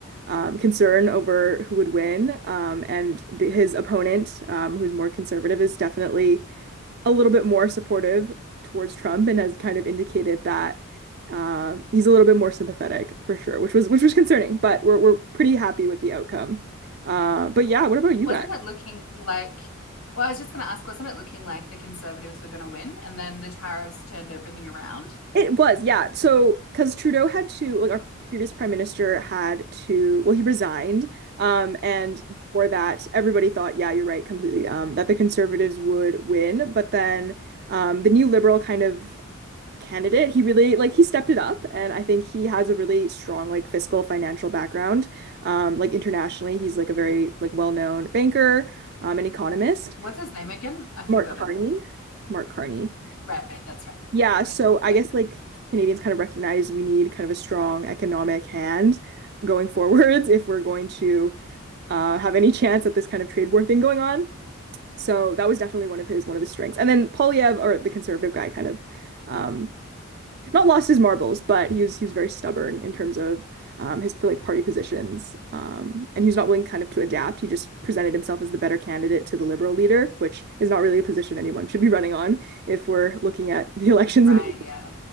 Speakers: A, on the right; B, on the left.
A: um concern over who would win. Um and the, his opponent, um, who's more conservative, is definitely a little bit more supportive towards Trump and has kind of indicated that um he's a little bit more sympathetic for sure, which was which was concerning, but we're we're pretty happy with the outcome. Uh, but yeah, what about you
B: Wasn't
A: guys?
B: it looking like, well, I was just going to ask, wasn't it looking like the Conservatives were going to win and then the tariffs turned everything around?
A: It was, yeah. So, because Trudeau had to, like, our previous prime minister had to, well, he resigned. Um, and before that, everybody thought, yeah, you're right, completely, um, that the Conservatives would win. But then, um, the new Liberal kind of candidate, he really, like, he stepped it up. And I think he has a really strong, like, fiscal financial background. Um, like, internationally, he's, like, a very, like, well-known banker, um, an economist.
B: What's his name again? I've
A: Mark
B: forgotten.
A: Carney. Mark Carney.
B: Right, that's
A: Yeah,
B: right.
A: so I
B: Yeah.
A: guess like Canadians kind of recognize we need kind of a strong economic hand going <laughs> forwards if we're going to uh, have any chance at this kind of trade war thing going on. So that was definitely one of his one of his strengths. And then Polyev, or the conservative guy, kind of um, not lost his marbles, but he was he was very stubborn in terms of um, his like party positions, um, and he was not willing kind of to adapt. He just presented himself as the better candidate to the liberal leader, which is not really a position anyone should be running on if we're looking at the <laughs> elections
B: Right,
A: in the
B: yeah.